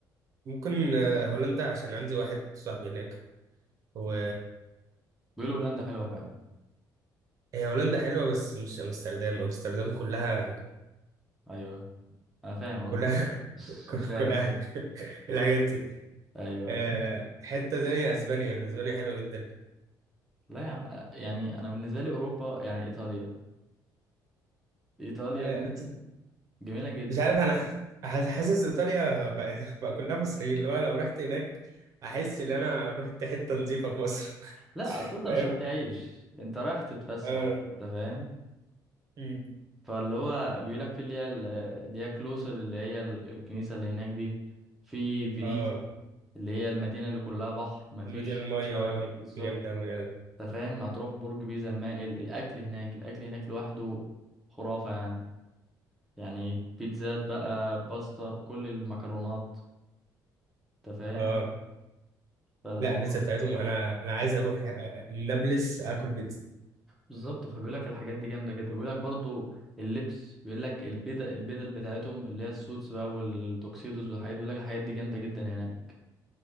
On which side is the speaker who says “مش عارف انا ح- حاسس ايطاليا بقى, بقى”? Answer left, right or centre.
Right